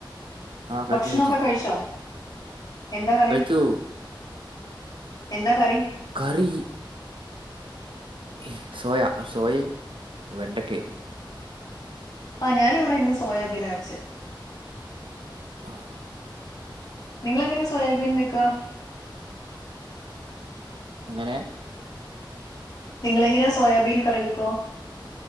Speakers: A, on the right; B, on the left.
A: ആഹ് കഴിച്ചു
B: ഭക്ഷണൊക്കെ
A: കഴിച്ചു
B: കഴിച്ചോ എന്താ കറി
A: കഴിച്ചു
B: എന്താ കറി
A: കറി ഏഹ് സോയ സോയേം വെണ്ടക്കേം
B: ആഹ് ഞാനും ഇവെടെ ഇന്ന് സോയാബീന വെച്ചെ
A: ആഹ്
B: നിങ്ങള് എങ്ങനെ സോയാബീൻ വെക്കാ
A: എങ്ങനെ
B: നിങ്ങളെങ്ങനെയാ സോയാബീൻ കറി വെക്കുവാ